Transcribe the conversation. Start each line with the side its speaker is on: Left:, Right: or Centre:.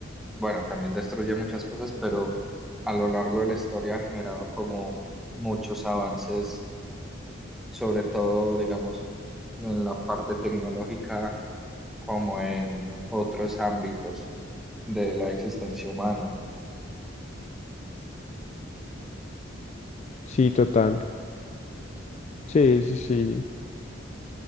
Centre: bueno, también destruye muchas cosas, pero a lo largo de la historia ha generado como muchos avances, sobre todo, digamos, en la parte tecnológica, como en otros ámbitos de la existencia humana.
Left: sí, total. Sí, sí, sí.